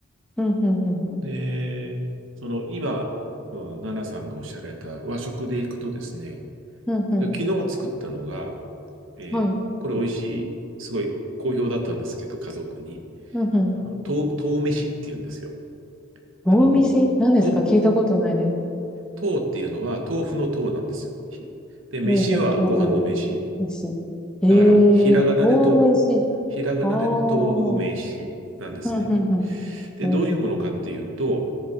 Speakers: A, in the centre; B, on the right.
A: うん、うん、うん。
B: で、その今、うんナナさんがおっしゃられた和食で行くとですね、
A: うん、うん。
B: 昨日作ったのが、えーこれ美味しい、
A: はい。う
B: すごい好評だったんですけど、家族に、
A: ん、うん。
B: あのとう、とう飯って言うんですよ。
A: 豆飯何ですか聞いたことないです。
B: あの、と、とうっていうのは豆腐のとうなんですよ。ひで、飯はご飯の飯。
A: ほうほう、豆飯。え
B: だから、ひらがなでと、
A: えー、豆飯。
B: ひらがなでとう飯なんですね。
A: ああ。うん、うん、うん。
B: で、
A: ほうほう。
B: どういうものかっていうと、